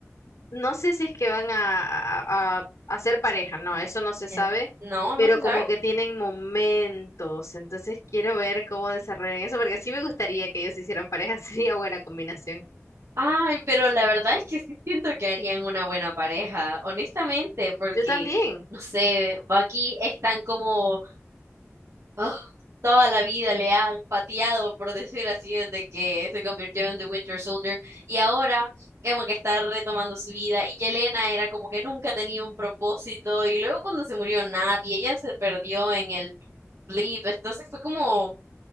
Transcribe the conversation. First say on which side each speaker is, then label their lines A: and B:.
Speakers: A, on the left; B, on the right.
A: no sé si es que van a, a, a- a ser pareja, no, eso no se sabe,
B: Eh, No,
A: pero
B: no se
A: como
B: sabe.
A: que tienen momentos, entonces quiero ver cómo desarrollan eso, porque sí me gustaría que ellos hicieran pareja, <laughs> sería buena combinación.
B: Ay, pero la verdad es que sí siento que harían una buena pareja, honestamente, porque,
A: Yo también,
B: no sé, Bucky es tan como Oh, toda la vida le han pateado, por decir así, desde que se convirtió en The Winter Soldier. Y ahora como que está retomando su vida. Y Yelena era como que nunca tenía un propósito. Y luego cuando se murió nadie, ella se perdió en el blip. Entonces fue como